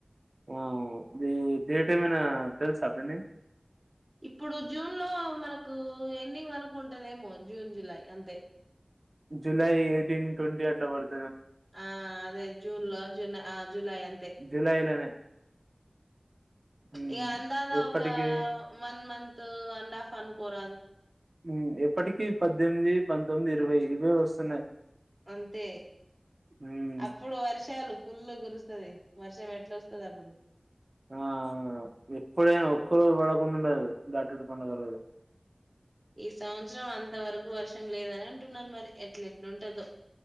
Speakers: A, on the right (about 60°); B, on the right (about 30°).
A: ఆ ఇది డేట్ ఏమైనా తెలుసా పిన్ని
B: ఇప్పుడు జూన్ లో మనకు ఎండింగ్ అనుకుంటద ఏమో జూన్ జులై అంతే
A: జులై ఎయిటీన్ ట్వంట ఆటా
B: ఆ అదే జూన్ లో జూలై ఆ జులై అంతే
A: జూలైలోనే ఉమ్
B: ఇగా <unintelligible>
A: ఎప్పటికి
B: ఒక వన్ మంత అండ్ఫ్ అనుకోరాదు
A: ఉమ్ ఎప్పటికి పద్దెనిమిది పంతొమ్మిది ఇరవై ఇవే వస్తున్నాయి
B: అంతే
A: ఉమ్
B: అప్పుడు వర్షాలు ఫుల్లు కురుస్తుంది వర్షం ఎట్లా వస్తుంది అప్పుడు
A: ఆ ఎప్పుడైనా ఒక్క రోజు కూడా పని ఉండదు దాటుడు పండగ రోజు
B: ఈ సంవత్సరం అంత వరకు వర్షం లేదని అంటున్నరు మరి ఎట్ల ఎట్లు ఉంటదో